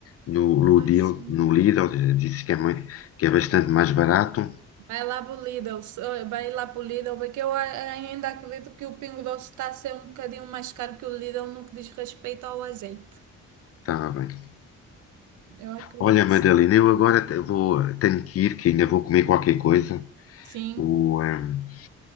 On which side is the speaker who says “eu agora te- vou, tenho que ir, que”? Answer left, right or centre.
Left